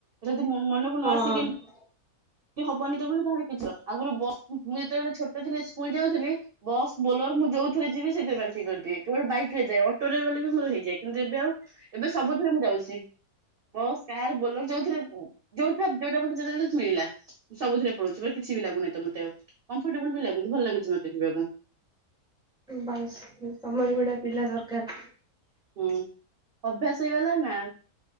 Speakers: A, on the right (about 50°); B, in the centre.
A: ଯଦି ମନକୁ ନ
B: ହଁ
A: ଆସ କେମତି କି ହବନି ତ ତାଲେ କିଛି ଆଗରୁ ବ ମୁଁ, ଯେତେବେଳେ ଛୋଟ ଥିଲି ସ୍କୁଲ ଯାଉଥିଲି ବସ୍ ବୋଲ ମୁଁ ଯୋଉଥିରେ ଯିବି ସେଇଥିରେ ବାନ୍ତି କରିଦିଏ କେବଳ ବାଇକ ରେ ଯାଏ ଅଟୋରେ ବୋଲି ବି ମୋର ହେଇଯାଏ କିନ୍ତୁ ଏବେ ଆଉ ଏବେ ଥି ମୁଁ ଯାଉଛି କ ବୋର ଯୋଉ ଯଉ ଯୋଉଟା ମିଳିଲା ସବୁଥିରେ ପଳଉଛି କିଛି ବି ଲାଗୁନହିି ତ ମତେ ଆଉ କମ୍ଫର୍ଟେବୁଲ ବି ଲାଗୁଛି ଭଲ ଲାଗୁଛି ମତେ ଯିବାକୁ।
B: ବାସ୍ ତମର ଭଳିଆ ପିଲା ଦରକାର।
A: ହୁଁ ଅଭ୍ୟାସ ହେଇଗଲା ନା!